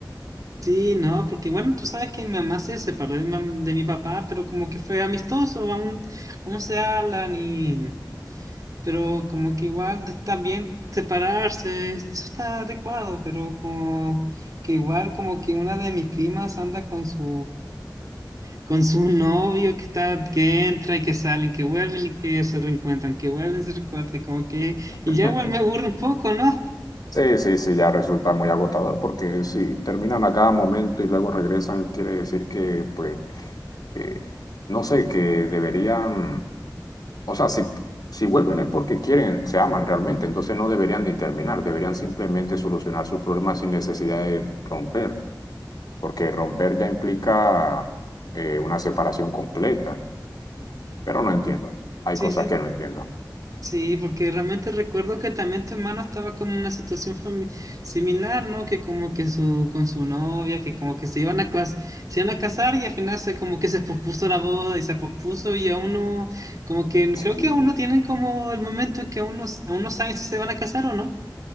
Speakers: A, on the right; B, on the left.
A: Sí, no, porque bueno, tú sabes que mi mamá se separó de mi, mam- de mi papá, pero como que fue amistoso, aún, aún se hablan y... Pero como que igual está bien separarse, eso está adecuado, pero como que igual como que una de mis primas anda con su, con su novio que está, que entra y que salen, que vuelven y que se reencuentran, que vuelven y se recuerdan, como que...
B: <laughs>
A: Y ya igual me aburre un poco, ¿no?
B: Sí, sí, sí, ya resulta muy agotador porque si terminan a cada momento y luego regresan, quiere decir que, pues, que, no sé, que deberían, o sea, si, si vuelven es porque quieren, se aman realmente, entonces no deberían de terminar, deberían simplemente solucionar sus problemas sin necesidad de romper, porque romper ya implica eh, una separación completa, pero no entiendo, hay
A: Sí,
B: cosas
A: sí,
B: que no entiendo.
A: Sí, porque realmente recuerdo que también tu hermano estaba como en una situación fami- similar, ¿no? Que como que su, con su novia, que como que se iban a clas- se iban a casar y al final se como que se pospuso la boda y se pospuso y aún no, como que
B: Sí.
A: creo que aún no tienen como el momento que aún no, s- aún no saben si se van a casar o no.